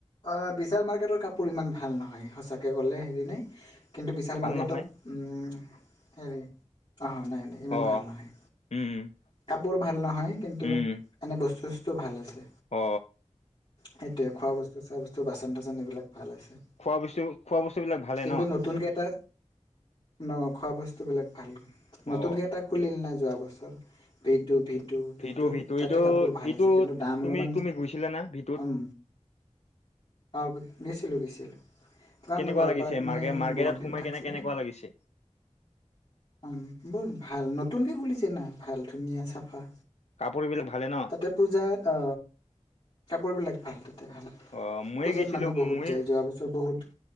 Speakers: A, on the left; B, on the left.
A: অ বিশাল মাৰ্কটৰ কাপোৰ ইমান ভাল নহয় সঁচাকে ক'লে হেৰি নাই কিন্তু বিশাল
B: ভাল
A: মাৰ্কেটত
B: নহয়
A: উ হেৰি অ নাই নাই। ইমান
B: অ
A: ভাল নহয়
B: উম
A: কাপোৰ ভাল নহয় কিন্তু
B: উম
A: এনে বস্তু চস্তু ভাল আছে।
B: অ
A: সেইটোৱে খোৱা বস্তু চোৱা বস্তু বাচন থাচন সেইবিলাক ভাল আছে।
B: খোৱা বস্তু খোৱা বস্তু বিলাক ভালে
A: কিন্তু
B: ন।
A: নতুনকে এটা অ খোৱা বস্তুবিলাক ভাল নতুনকে
B: অ
A: এটা খুলিল নে যোৱা বছৰ V two V two V
B: ভিতু
A: টুত
B: ভিতু
A: তাতে
B: এইটো
A: কাপোৰ ভাল
B: এইটো
A: আছে কিন্তু দাম
B: তুমি
A: অলপমান
B: তুমি গৈছিলা না ভিতুত
A: কম। অ গৈছিলো গৈছিলো কাৰণ
B: কেনেকুৱা
A: মই গোৱালপাৰাত
B: লাগিছে
A: মই
B: মাৰ্কে মাৰ্কেটত
A: বহুত
B: সোমাই
A: দিন থাকছো
B: কেনে কেনেকুৱা
A: না।
B: লাগিছে
A: উম বহুত ভাল নতুনকে খুলিছে না ভাল ধুনীয়া চাফা।
B: কাপোৰবিলাক ভালে ন।
A: তাতে পূজাত অ কাপোৰবিলাক ভাল তাতে ভাল।
B: অ ময়ে
A: পূজাত
B: গৈছিলো
A: মানুহ বহুত
B: ময়ে
A: যায় যোৱা বছৰ বহুত